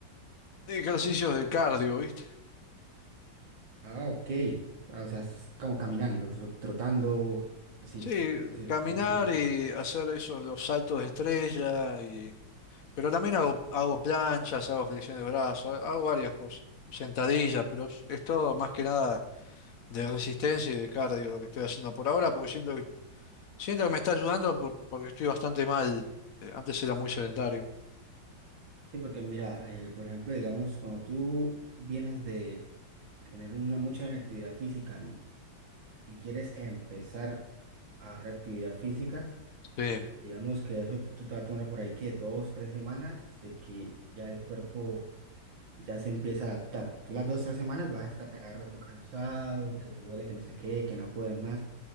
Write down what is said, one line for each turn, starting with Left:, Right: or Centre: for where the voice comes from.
Left: ejercicios de cardio, ¿viste?
Right: Ah, ok. Ah, O sea, es como caminando, tro- trotando, así,
Left: Sí,
Right: de ese,
Left: caminar
Right: de ese tipo.
Left: y hacer esos los saltos de estrella, y, pero también hago, hago planchas, hago flexiones de brazos, hago varias cosas, sentadillas, pero es, es todo más que nada de resistencia y de cardio lo que estoy haciendo por ahora, porque siento que Siento que me está ayudando por- porque estoy bastante mal. Eh, antes era muy sedentario.
Right: Sí, porque mira, eh, por ejemplo, digamos, cuando tú vienes de tener una mucha actividad física y, y quieres empezar a hacer actividad física,
Left: Sí.
Right: Digamos que eso t- tú te vas a tomar por ahí que dos, tres semanas de que ya el cuerpo ya se empieza a adaptar. Tú las dos, tres semanas vas a estar cada rato cansado, que te duele, que no sé qué, que no puedes más.